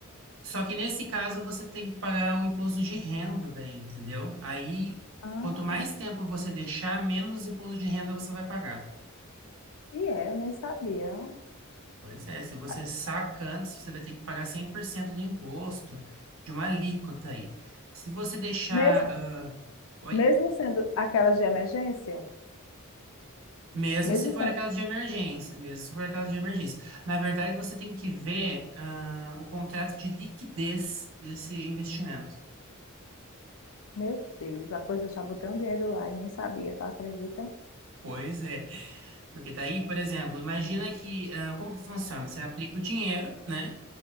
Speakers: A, on the right (about 65°); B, on the left (about 65°).
A: Só que nesse caso você tem que pagar o imposto de renda daí, entendeu? Aí,
B: Ah,
A: quanto mais tempo você deixar, menos imposto de renda você vai pagar.
B: e é, eu nem sabia.
A: Pois é, se você
B: Ah,
A: saca antes, você vai ter que pagar 100% do imposto de uma alíquota aí. Se você deixar.
B: Mesmo,
A: ah, oi?
B: mesmo sendo aquelas de emergência,
A: Mesmo
B: mesmo
A: se for
B: sendo.
A: aquela de emergência, mesmo se for aquela de emergência. Na verdade, você tem que ver ah, o contrato de liquidez desse investimento.
B: Meu Deus, depois eu já botei um dinheiro lá e nem sabia, tu acredita?
A: Pois é. Porque daí, por exemplo, imagina que. ah, como que funciona? Você aplica o dinheiro, né?